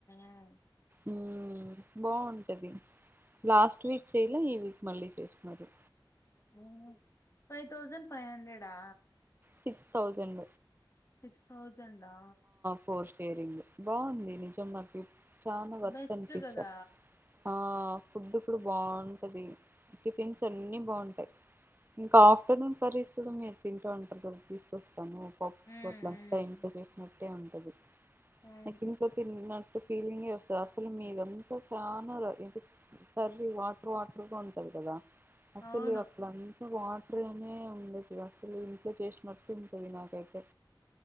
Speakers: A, on the left (about 40°); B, on the right (about 25°).
A: ఆ
B: ఉమ్ బాగుంటది లాస్ట్ వీక్ చేయలే ఈ వీక్ మళ్ళీ చేస్తున్నారు
A: ఉ హు ఫైవ్ తౌసండ్ ఫైవ్ హండ్రెడా
B: సిక్స్ తౌసండ
A: సిక్స్ తౌస్ సండా
B: ఫోర్ షేరింగ్ బాగుంది నిజం మాకి చానా వర్త్నిపించ
A: బెస్ట్ కదా
B: ఆ ఫుడ్ కూడ బాగుంటది టిఫిన్స్ అన్నీ బాగుంటాయి. ఇంకా ఆఫ్టర్నూన్ కర్రీస్ కూడా మీరు తింటా అంటారు కదా తీసుకొస్తాను. పప్పు
A: ఉమ్
B: అట్లంతా
A: ఉమ్
B: ఇంట్లో చేసినట్ ట్టే ఉంటది
A: అవును
B: నీక్ ఇంట్లో తిన్నటు ఫీలింగే వస్తుంది అసలు మీదంతా చానా ఇ కర్రీ వాటర్ వాటర్గా ఉంటది కదా అసలు
A: అవును
B: అట్లంతా వాట్ టర్ అనే ఉండదు అసలు ఇంట్లో చేసినట్టు ఉంటది నాకైతే.